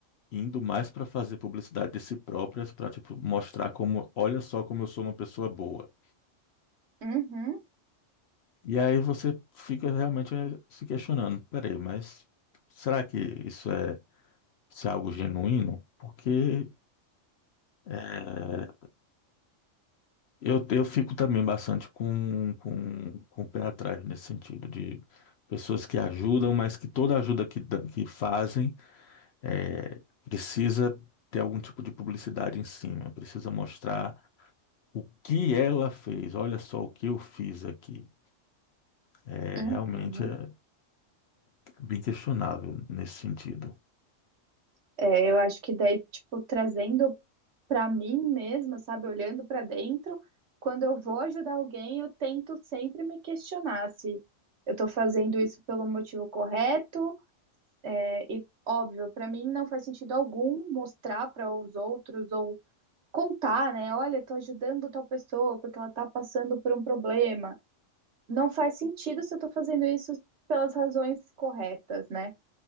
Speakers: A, on the left; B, on the right.
A: indo mais para fazer publicidade de si próprias, para tipo mostrar como, olha só como eu sou uma pessoa boa.
B: Uhum.
A: E aí você fica realmente eh, se questionando, peraí, mas será que isso é, isso é algo genuíno? Porque eh, eu, eu fico também bastante com, com, com o pé atrás nesse sentido de pessoas que ajudam, mas que toda ajuda que, dã- que fazem eh, precisa ter algum tipo de publicidade em cima, precisa mostrar O que ela fez? Olha só o que eu fiz aqui. É
B: Uhum.
A: realmente é bem questionável nesse sentido.
B: É, eu acho que daí, tipo, trazendo pra mim mesma, sabe, olhando pra dentro, quando eu vou ajudar alguém, eu tento sempre me questionar se eu tô fazendo isso pelo motivo correto, é, e óbvio, pra mim não faz sentido algum mostrar para os outros ou contar, né? Olha, tô ajudando tal pessoa porque ela tá passando por um problema. Não faz sentido se eu tô fazendo isso pelas razões corretas, né?